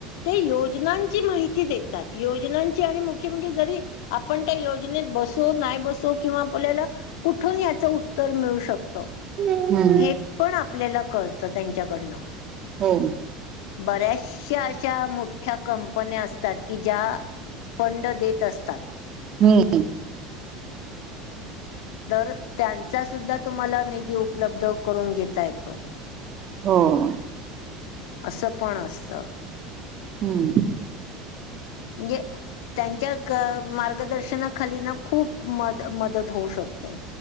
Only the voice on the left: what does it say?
ते योजना ची माहिती देतात योजनाची आणि मुख्य म्हणजे जरी आपण त्या योजनेत बसो, नाही बसो किंवा आपल्याला कुठून याचं उत्तर मिळू शकतं.
हे पण आपल्याला कळतं त्यांच्याकडनं.
बऱ्याचशा अशा मोठ्या कंपन्या असतात की ज्या, फंड देत असतात.
तर त्यांचा सुद्धा तुम्हांला निधी उपलब्ध करून घेता येतो.
असं पण असतं.
गे त्यांच्या ग मार्गदर्शनाखाली ना खूप मद-मदत होऊ शकते.